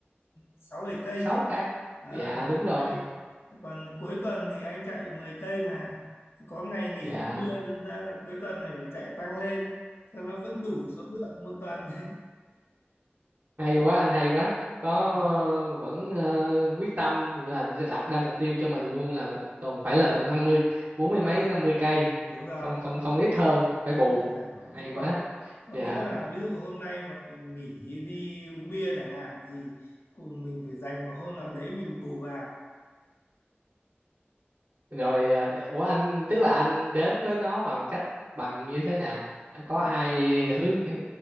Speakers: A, on the left; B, on the right.
A: sáu bảy cây
B: sáu
A: chứ
B: cây
A: Ờ,
B: dạ
A: sáu
B: đúng
A: bảy
B: rồi
A: cây còn cuối tuần thì anh chạy 10 cây mà có ngày nghỉ
B: dạ
A: uống bia đâm ra là cuối tuần này phải chạy tăng lên cho nó vẫn đủ số lượng một tuần
B: hay quá anh hay quá có
A: <laughs>
B: vẫn ờ, quyết tâm là đặt ra mục tiêu cho mình luôn là một tuần phải là năm mươi bốn
A: đúng
B: mươi
A: rồi
B: mấy năm mươi cây
A: đúng rồi
B: không không không ít hơn phải
A: không
B: bù
A: được giảm
B: hay
A: đúng
B: quá
A: rồi có
B: dạ
A: nghĩa là ví dụ hôm nay mà mình nghỉ đi uống bia chẳng hạn thì cùng mình phải dành một hôm nào đấy mình bù vào
B: rồi ờ, ủa anh tức là anh đến với nó bằng cách bằng như thế nào À, có
A: Ừ.
B: ai hướng ờ,